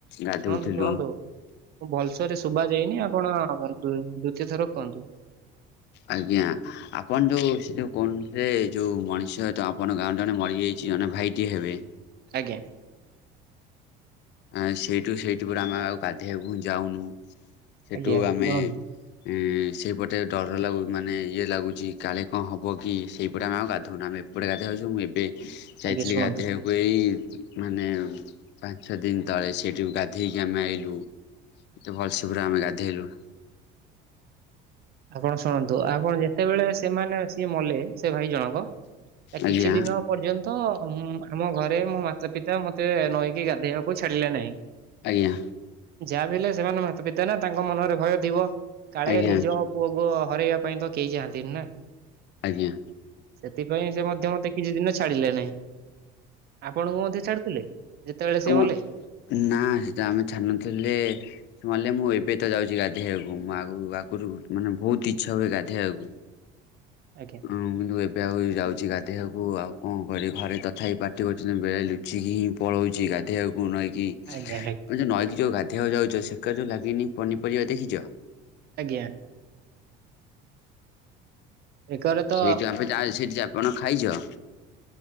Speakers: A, on the left; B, on the right.
A: ଗାଧୋଉଥିଲୁ।
B: ଶୁଣନ୍ତୁ ଶୁଣନ୍ତୁ ମୁଁ ଭଲସରେ ଶୁଭା ଯାଇନି ଆପଣ ଦୁ ଦୁତୀୟ ଥର କହନ୍ତୁ।
A: ଆଜ୍ଞା। ଆପଣ ଯୋଉ ସେ ଯୋଉ କହୁନଥିଲେ ଯୋଉ ମଣିଷ ଟା ଆପଣଙ୍କ ଗାଁରେ ଜଣେ ମରିଯାଇଛି ଜଣେ ଭାଇଟିଏ ହେବେ।
B: ଆଜ୍ଞା।
A: ଆଁ ସେଇଠୁ ସେଇଠୁ ଗୋଟେ ଆମେ ଆଉ ଗାଧେଇବାକୁ ହି ଯାଉନୁ ସେଠୁ
B: ଆଜ୍ଞା
A: ଆମେ
B: କୁହନ୍ତୁ।
A: ଏଁ ସେଇପଟେ ଡର ଲାଗୁ ମାନେ ଇଏ ଲାଗୁଛି କାଳେ କଁ ହବ କି ସେଇପଟେ ଆମେ ଆଉ ଗାଧୋଉନୁ ଆମେ ଏ ଏପଟେ ଗାଧେଇବାକୁ ଯିବ ମୁଁ ଏବେ ଯାଇଥିଲି
B: ଆଜ୍ଞା ଶୁଣନ୍ତୁ
A: ଗାଧେଇବାକୁ ଏଇ ମାନେ ଛ ଦିନ ତଳେ ସେଇଠୁ ଗାଧେଇକି ଆମେ ଆଇଲୁ ଏତେ ଭଲସେ ପୁରା ଆମେ ଗାଧେଇଲୁ।
B: ଆପଣ ଶୁଣନ୍ତୁ ଆପଣ ଯେତେବେଳେ ସେମାନେ ସିଏ ମଲେ ସେ ଭାଇ ଜଣଙ୍କ। ଆ
A: ଆଜ୍ଞା
B: କିଛି ଦିନ ପର୍ଯ୍ୟନ୍ତ ଉଁ ଆମ ଘରେ ମୋ ମାତା ପିତା ମତେ ନଈକି ଗାଧେଇବାକୁ କୁ ଛାଡ଼ିଲେ ନାହିଁ।
A: ଆଜ୍ଞା।
B: ଯାହା ବି ହେଲେ ସେମାନେ ମାତା ପିତା ନା ତାଙ୍କ ମନରେ ଭୟ ଥିବ କାଳେ
A: ଆଜ୍ଞା
B: ନିଜ ପୁଅକୁୁ ହରାଇବା ପାଇଁ ତ କେହି ଯାଆନ୍ତିନି ନା।
A: ଆଜ୍ଞା
B: ସେଥିପାଇଁ ସେ ମଧ୍ୟ ମତେ କିଛି ଦିନ ଛାଡିଲେ ନାହିଁ। ଆପଣଙ୍କୁ ମଧ୍ୟ ଛାଡୁଥିଲେ ଯେତେବେଳେ
A: ଆମ
B: ସିଏ ମଲେ।
A: ନା ସେ ଟାଇମ ରେ ଛାଡୁନଥିଲେ। ସେ ମଲେ ମୁଁ ଏବେ ତ ଯାଉଛି ଗାଧୋଇଆକୁ ମୁଁ ଆଗ ଆଗରୁ ମାନେ ବହୁତ ଇଚ୍ଛା ହୁଏ ଗାଧୋଇଆକୁ।
B: ଆଜ୍ଞା।
A: ହଁ କିନ୍ତୁ ଏବେ ଆଉ ଯାଉଛି ଗାଧୋଇବାକୁ ଆଉ କଣ କରିବି ଘରେ ତଥାପି ପାଟି କରୁଛନ୍ତି ବେଲି। ଲୁଚିକି ପଳୋଉଚି ଗାଧେଇବାଜୁ ନାଇକି।
B: ଆଜ୍ଞା ଆ
A: ଆ ଯେଉଁ ନଈକି ଯେଉ ଗାଧେଇବାକୁ ଯାଉଛ ସେ କରେ ଲାଗିନି ପନିପରିବା ଦେଖିଛ।
B: ଆଜ୍ଞା। ବେକରେ ତ
A: ସେଇଠୁ ଆମେ ଯାଇ ସେଇଠି ଆପଣ ଖାଇଛ।